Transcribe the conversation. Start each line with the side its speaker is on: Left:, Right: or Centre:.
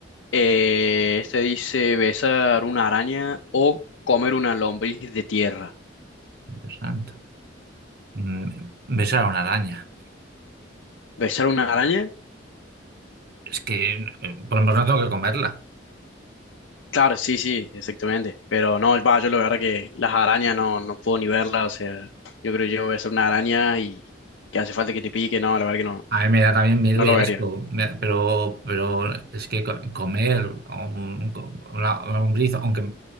Left: eh, este dice besar una araña o comer una lombriz de tierra.
Right: Dios santo. Mm, Besar a una araña,
Left: ¿Besar una araña?
Right: es que eh, pues no tengo que comerla.
Left: Claro, sí, sí, exactamente. Pero no, va, yo la verdad que las arañas no, no puedo ni verlas, o sea, yo creo que yo besar una araña y que hace falta que te pique, no, la verdad que no,
Right: A mí me da también miedo
Left: no
Right: y
Left: lo
Right: asco,
Left: vería.
Right: me- pero, pero es que co- comer un- un una, una lombriz, aunque,